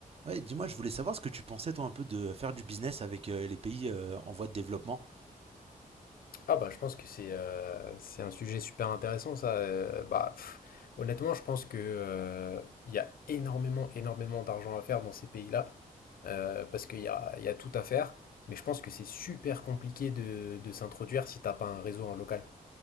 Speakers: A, on the right (about 40°); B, on the left (about 80°).
A: Ouais, dis-moi, je voulais savoir ce que tu pensais toi un peu de faire du business avec euh, les pays euh, en voie de développement.
B: Ah bah je pense que c'est euh, c'est un sujet super intéressant ça. Euh, bah pff, honnêtement je pense que euh, il y a énormément énormément d'argent à faire dans ces pays-là euh, parce qu'il y a, il y a tout à faire. Mais je pense que c'est super compliqué de, de s'introduire si t'as pas un réseau en local.